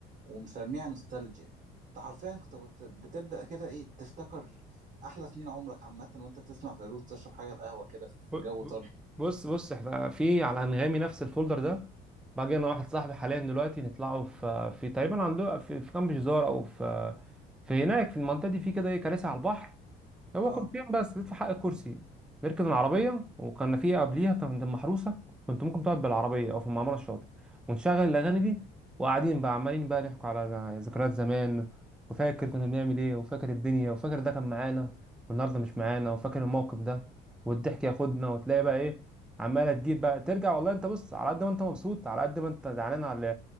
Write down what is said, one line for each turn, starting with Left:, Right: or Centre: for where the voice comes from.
Right: ومسميها نوستالجيا أنت حرفيا كنت كنت بتبدأ كده إيه تفتكر أحلى سنين عمرك عامة وأنت بتسمع فيروز تشرب حاجة القهوة كده في
Centre: ب-
Right: جو
Centre: ب-
Right: طري
Centre: بص بص احنا في على انغامي نفس الفولدر ده باجي انا واحد صاحبي حاليا دلوقتي نطلعوا في في تقريبا عنده في في كامب جزار او في في هناك في المنطقه دي في كده ايه كراسي على البحر هو
Right: أه
Centre: كنتين بس بيدفع حق الكرسي بيركن العربية وكان في قبليها كان عند المحروسة كنت ممكن تقعد بالعربية أو في المعمرة الشاطئ ونشغل الأغاني دي وقاعدين بقى عمالين بقى نحكوا على ذكريات زمان وفاكر كنا بنعمل إيه وفاكر الدنيا وفاكر ده كان معانا والنهاردة مش معانا وفاكر الموقف ده والضحك ياخدنا وتلاقي بقى إيه عمالة تجيب بقى ترجع والله أنت بص على قد ما أنت مبسوط على قد ما أنت زعلان على